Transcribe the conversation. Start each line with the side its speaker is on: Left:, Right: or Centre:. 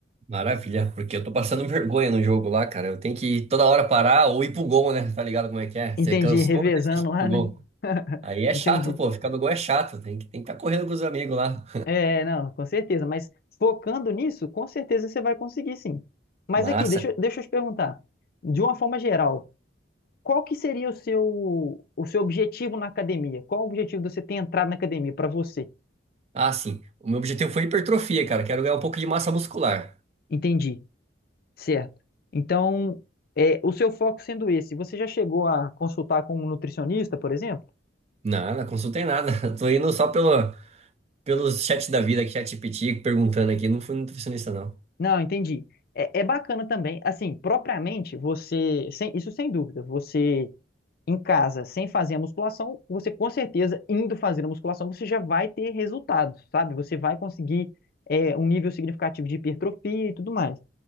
Right: Maravilha, porque eu tô passando <laughs> vergonha no jogo lá, cara. Eu tenho que toda hora parar ou ir pro gol, né? Tá ligado como é que é?
Left: Entendi,
Right: Você cansou,
Left: <laughs> revezando
Right: tem que ir
Left: lá,
Right: pro gol.
Left: né? <laughs>
Right: Aí é
Left: Entendi.
Right: chato, pô. Ficar no gol é chato. Tem que tem que tá correndo com os amigos lá.
Left: É, não, com certeza, mas focando nisso, com certeza você vai conseguir sim. Mas
Right: Massa.
Left: aqui, deixa, eu- deixa eu te perguntar, de uma forma geral, qual que seria o seu, o seu objetivo na academia? Qual o objetivo de você ter entrado na academia para você?
Right: Ah, sim. O meu objetivo foi hipertrofia, cara. Quero ganhar um pouco de massa muscular.
Left: Entendi. Certo. Então, é, o seu foco sendo esse, você já chegou a consultar com um nutricionista, por exemplo?
Right: Não, na consulta tem nada. <laughs> Tô indo só pelo, pelos chats da vida, chat ChatGPT, perguntando aqui. Não fui nutricionista, não.
Left: Não, entendi. É, é bacana também, assim, propriamente você, sem- isso sem dúvida, você em casa, sem fazer a musculação, você com certeza, indo fazer a musculação, você já vai ter resultados, sabe? Você vai conseguir é, um nível significativo de hipertrofia e tudo mais.